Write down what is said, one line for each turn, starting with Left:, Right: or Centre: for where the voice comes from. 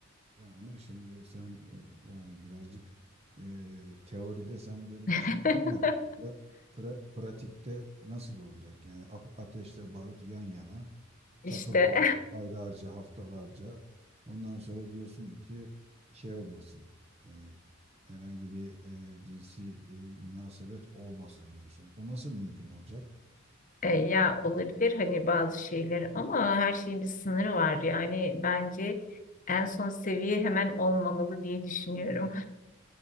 Right: Ya ama şimdi sen e, yani birazcık e, teoride sen böyle
Left: <laughs>
Right: düşünüyorsun ama pra- pra- pratikte nasıl olacak? Yani ap- ateşle barut yan yana.
Left: İşte
Right: takılıyorlar aylarca, haftalarca. Ondan sonra diyorsun ki şey olmasın, e, herhangi bir e, cinsi e, münasebet olmasın diyorsun. O nasıl mümkün olacak?
Left: e, ya olabilir hani bazı şeyler ama her şeyin bir sınırı var. Yani bence en son seviye hemen olmamalı diye düşünüyorum.